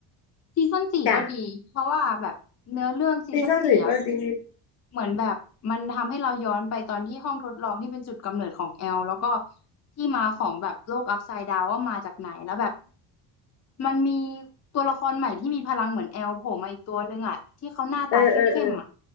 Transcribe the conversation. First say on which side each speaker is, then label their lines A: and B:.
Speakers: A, on the left; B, on the left.
A: ซีซั่นสี่ก็ดีเพราะว่าแบบเนื้อเรื่องซีซั่นสี่อ่ะ
B: จ้ะซีซั่นสี่ก็ดี
A: เหมือนแบบมันทำให้เราย้อนไปตอนที่ห้องทดลองที่เป็นจุดกำเนิดของแอลแล้วก็ที่มาของแบบโลกอัพไซด์ดาวว่ามาจากไหนแล้วแบบมันมีตัวละครใหม่ที่มีพลังเหมือนแอลโผล่มาอีกตัวนึงอ่ะที่เขาหน้าตาเข้มๆอ่ะ
B: เออเออเออ